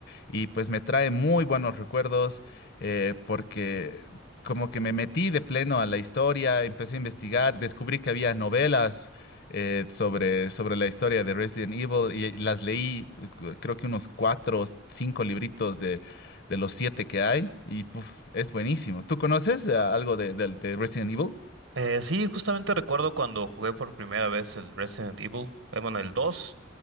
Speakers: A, on the left (about 55°); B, on the right (about 80°).
A: y pues me trae muy buenos recuerdos eh, porque como que me metí de pleno a la historia, empecé a investigar, descubrí que había novelas eh, sobre, sobre la historia de Resident Evil y las leí, eh, creo que unos cuatro o cinco libritos de, de los siete que hay y puf, es buenísimo. ¿Tú conoces eh, algo de, del- de Resident Evil?
B: Eh, sí, justamente recuerdo cuando jugué por primera vez el Resident Evil, eh, bueno, el 2.